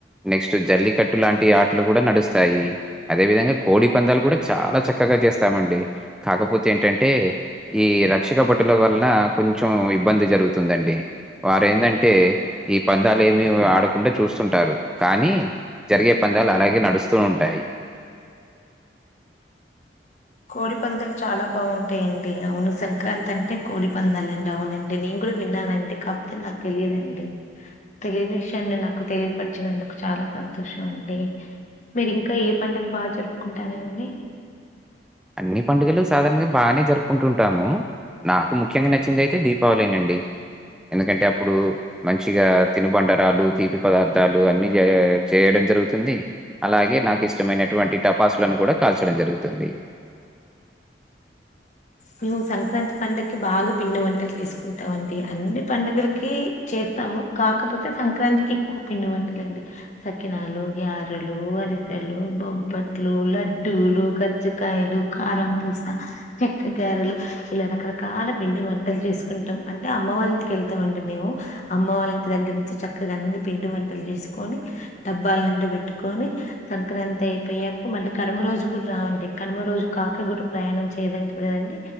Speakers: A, in the centre; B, on the left (about 40°).
A: నెక్స్ట్ జల్లికట్టు లాంటి ఆటలు కూడా నడుస్తాయి. అదే విధంగా కోడి పంద్యాలు కూడ చాలా చక్కగా జేస్తామండి కాకపో తేన్ టాంటే ఈ రక్షక బటుల వల్నా కొంచం ఇబ్బంది జరుగుతుందండి వారు ఎందంటే ఈ పందాలు ఏమి ఆడకుండా చూసుంటారు కానీ జరిగే పందాలు అలాగే నడుస్తూ ఉంటాయి
B: కోడి పందలు చాలా బాగుంటాయిడి అవును సంక్రాంతి అంటే కోడి పందాల అండి అవునండి అంటే నేను కూడా విన్నానండి కాకపోతే నాకు తెలియదండి తెలియని విషయాన్ని నాకు తెలియపరచినందుకు చాలా సంతోషం అండి మీరు ఇంకా ఏ పండాగ్ బా జరుప్కుంటార అండి
A: అన్ని పండుగలు సాధారణంగా బాగానే జరుపుకుంటుంటాము నాకు ముఖ్యంగా నచ్చింది అయితే దీపావలేనండి ఎందుకంటే అప్పుడు మంచిగా తినుబండరాలు తీపి పదార్థాలు అన్ని చే చేయడం జరుగుతుంది. అలాగే నాకు ఇష్టమైనటువంటి టపాసులను కూడా కాల్చడం జరుగుతుంది
B: మేము సంక్రాంతి పంండగకి బాగా పిండి వంటలు తీసుకుంటామ అండి అన్ని పండుగలకి చేతము కాకపోతే సంక్రాంతికి ఎక్కు పిండి వంటదండి సకినాలు గ్యారెలు అరిసెలు బొబ్బట్లు లడ్డూలు గజ్జేకాయలు కారం పూసా చెక్క గారెలు ఇలా రకరకాల పిండి వంటల్ చేస్కుంటాం అంటే అమ్మవల్ల ఇంటికెళ్తాం అండి మేము అమ్మ వాళ్ంటి దగ్గర నుంచి చక్కగా అన్ని పిండి వంటలు జెస్కొని డబ్బాల్ నిండా బెట్టుకొని సంక్రాంతి అయిపోయాక మళ్ళీ కనుమ రోజు కూడా రావండి కనుమ రోజు కాక కనుమ కూడా ప్రయాణం చేయదంటవి కదండి